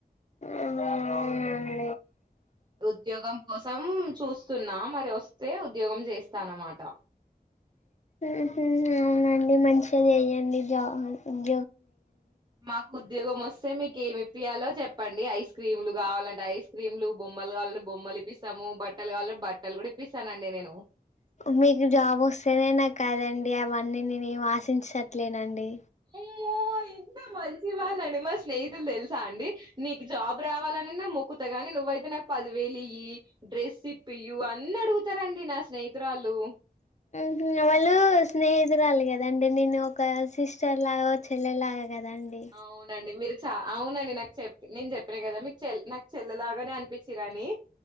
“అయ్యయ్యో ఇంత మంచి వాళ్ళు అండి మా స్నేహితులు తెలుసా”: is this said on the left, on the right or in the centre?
Right